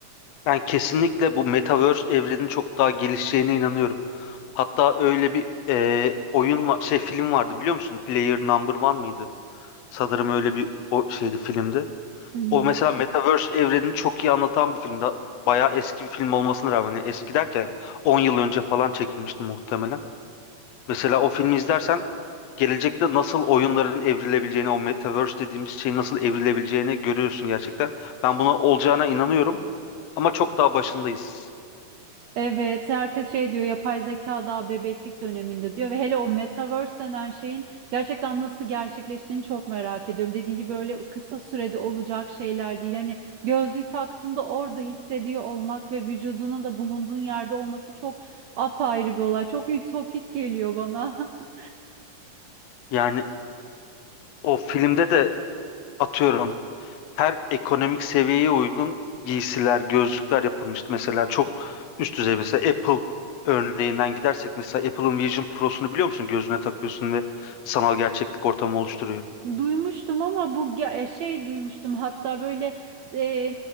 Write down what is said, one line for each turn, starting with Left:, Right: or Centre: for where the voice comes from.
Left: Ben kesinlikle bu Metaverse evrenin çok daha gelişeceğine inanıyorum. Hatta öyle bir e, oyun var, şey film vardı biliyor musun? Player Number One mıydı? Sanırım öyle bir o şeydi filmde.
Right: Hı hı.
Left: O mesela Metaverse evrenini çok iyi anlatan bir filmdi. Bayağı eski bir film olmasına rağmen yani eski derken 10 yıl önce falan çekilmişti muhtemelen. Mesela o filmi izlersen gelecekte nasıl oyunların evrilebileceğini, o Metaverse dediğimiz şeyin nasıl evrilebileceğini görüyorsun gerçekten. Ben buna olacağına inanıyorum ama çok daha başındayız.
Right: Evet, herkes şey diyor yapay zeka daha bebeklik döneminde diyor ve hele o metaverse denen şeyin gerçekten nasıl gerçekleştiğini çok merak ediyorum. Dediğin gibi böyle kısa sürede olacak şeyler değil. Hani gözlüğü taktığında orada hissediyor olmak ve vücudunun da bulunduğun yerde olması çok apayrı bir olay. Çok ütopik geliyor bana. <laughs>
Left: Yani o filmde de atıyorum her ekonomik seviyeye uygun giysiler, gözlükler yapılmıştı. Mesela çok üst düzey mesela Apple örneğinden gidersek mesela Apple'ın Vision Pro'sunu biliyor musun? Gözüne takıyorsun ve sanal gerçeklik ortamı oluşturuyor.
Right: Duymuştum ama bu ge- e, şey duymuştum hatta böyle e,